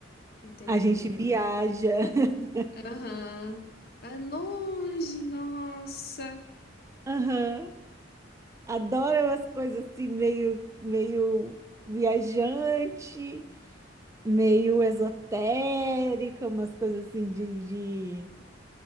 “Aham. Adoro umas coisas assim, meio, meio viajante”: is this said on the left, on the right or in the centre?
Right